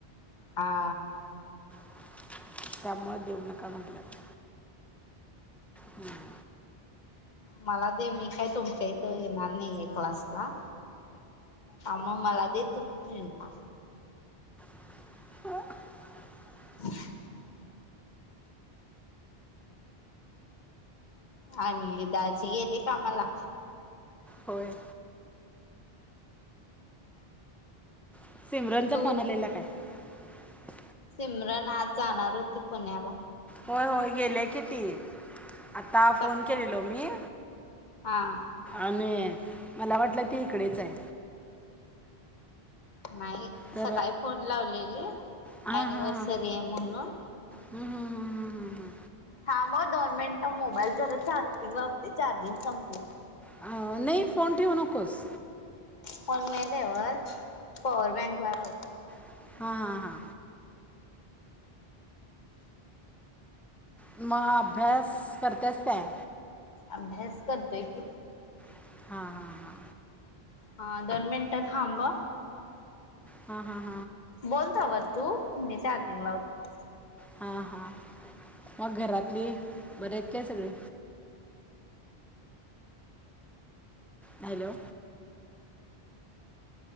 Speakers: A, on the left; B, in the centre.
A: हा.
B: <inaudible> त्यामुळे देऊ नका म्हणल्यात हम्म!
A: माला दे मी काय तुमच्या इथं येणार नाही ये क्लासला. हा म मला दे तू प्रिंटा.
B: <unintelligible>
A: <unintelligible> आणि दाजी गेले कामाला.
B: होय? <inaudible> सिमरनचा
A: तू
B: फोन आलेला काय? <inaudible>
A: सिमरन आज जाणार होती पुण्याला
B: होय-होय गेल्या कि ती. आता
A: सकाळी
B: फोन केलेलो मी
A: हा.
B: आणि मला वाटलं ती इकडेच हाय.
A: नाही
B: तर
A: सकाळी फोन लावलेली
B: हां
A: एनिवर्सरी
B: हां हां
A: हाय म्हणून
B: हम्म, हम्म, हम्म, हम्म, हम्म.
A: थांब म दोन मिनिटं मोबाईल जरा चार्जिंग लावते. चार्जिंग संपलंय.
B: ह नाही फोन ठेवू नकोस.
A: फोन नाही ठेवत, पॉवर बँक ला लाव
B: <inaudible> हा - हा हा म अभ्यास कर त्याच काय?
A: अभ्यास करतोय की
B: <inaudible> हा -हा हा
A: हा दोन मिनिट थांब.
B: हा -हा
A: बोल तवर तू मी चार्जिंग लावते.
B: हा हा मग घरातली बरी आहेत काय सगळे हॅलो